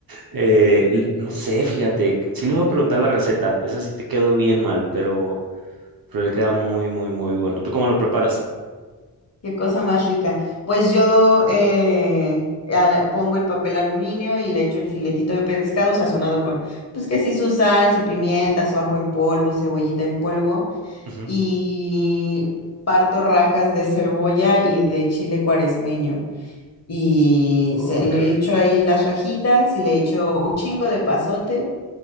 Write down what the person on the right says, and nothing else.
Eh, l- no sé, fíjate, sí le voy a preguntar la receta, esa sí te quedó bien mal, pero... pero le queda muy, muy, muy bueno. ¿Tú cómo lo preparas?
Ujú.
Ay,
qué rico.